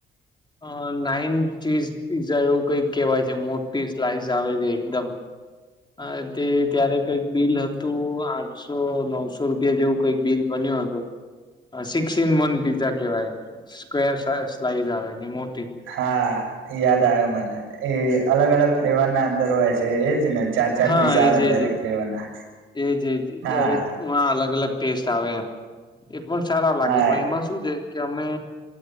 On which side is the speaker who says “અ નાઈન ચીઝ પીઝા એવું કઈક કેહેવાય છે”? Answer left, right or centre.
Left